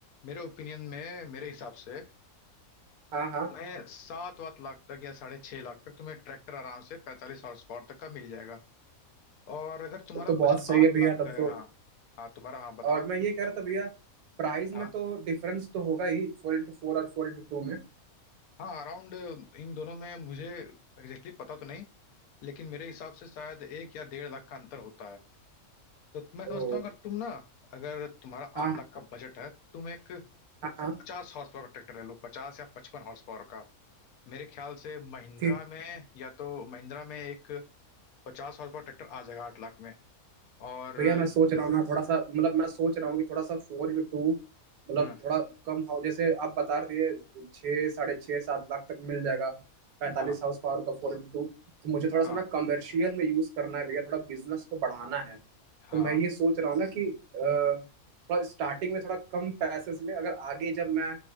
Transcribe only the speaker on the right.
हाँ हाँ
तब तो बहुत
सही
है भैया
तब तो
और मैं ये कह रहा था भैया प्राइस
में तो डिफरेंस तो होगा ही फोर इंटू फोर और फोर इंटू टू में
ओ
हाँ
हाँ
हाँ
थ्री
भैया मैं सोच रहा हूँ ना थोड़ा सा मतलब मैं सोच रहा हूँ कि थोड़ा सा फोर इंटू टू मतलब
थोड़ा कम हाउ जैसे आप बता रहे थे छः साढ़े छः सात लाख तक मिल जाएगा पैंतालीस
हाउस पावर का फोर इंटू टू तो मुझे थोड़ा
सा ना कमर्शियल में यूज़ करना है भैया थोड़ा बिजनेस को बढ़ाना है तो
मैं ये सोच रहा हूँ ना कि अ, थोड़ा स्टार्टिंग में थोड़ा कम पैसे में अगर आगे जब मैं